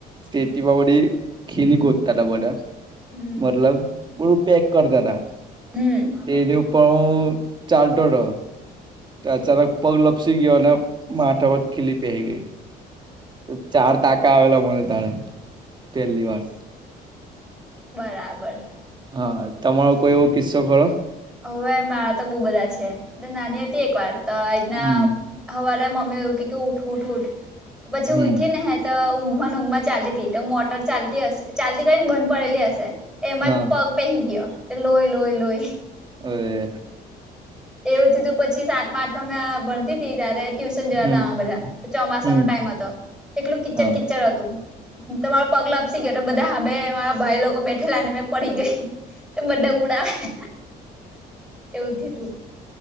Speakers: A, on the right; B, in the centre.
A: સટીમાંપડી ખીલી ગોતાતા બધા
B: હમ
A: મતલબ હું પેક કરતા હતા
B: હમ્મ
A: એની ઉપર હું ચાલતો ર? અચાનક પગ લપસી ગયો અને મા આઠ વત ખીલી પહેરી ગઈ. તો ચાર તાકા આવેલા મને તારે પહેલી વાર.
B: બરાબર.
A: હા તમારો કોઈ એવો કિસ્સો ખરોો.
B: હવે મારા તો બહુ બધા છે નાની હતી એક વાર તો એના.
A: હમ
B: હવારા મમ્ી એવું કે ઉઠ ઉઠ ઉઠ પછી
A: હમ
B: ઉઊઠી ને હે. ઊંઘમાં ઊંઘમાં ચાલતી તો મોટર ચાલતી હશે ચાલતી કરી ને બંધ પડેલી હશે. એમાં
A: હા
B: પગ પહેહી કઓ તે લઈ લઈ લઈ.
A: હવે.
B: એવું થીું પછી સાતમાં આઠમા મેં ભણતી તી ત્યારે. ટ્યુશન જયા
A: હમ
B: હતા બધા ચોમાસા
A: હમ
B: નો ટાઈમ હતો તો એટલું કિચર
A: હા
B: કિચર હતું. તમારો પગલા આપસી ગયો બધા હંભ મારા ભાઈ લોકો બેઠેલા ને મેં પડી ગઈ. બધા ઉડાવે એવું થ તું.